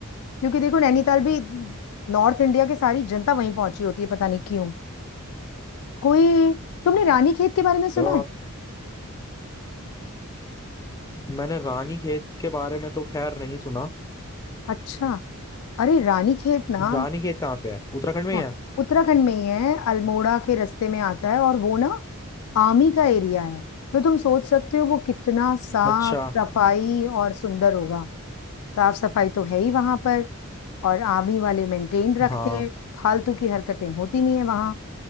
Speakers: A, on the left; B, on the left.
A: क्योंकि देखो नैनीताल भी नॉर्थ इंडिया की सारी जनता वहीं पहुंची होती है पता नहीं क्यों कोई तुमने रानी खेत के बारे में सुना
B: अ,
A: है
B: मैंने रानी खेत के बारे में तो खैर नहीं सुना
A: अच्छा अरे रानी खेत ना
B: रानी खेत कहाँ पे है उत्तराखंड में
A: हाँ,
B: ही है
A: उत्तराखंड में ही है अल्मोड़ा के रास्ते में आता है और वो ना आमी का एरिया है तो तुम सोच सकते हो वो कितना साफ
B: अच्छा
A: सफाई और सुंदर होगा साफ सफाई तो है ही वहां पर और आर्मी वाले मेंटेन रखते
B: हाँ
A: हैं फालतू की हरकतें होती नहीं है वहां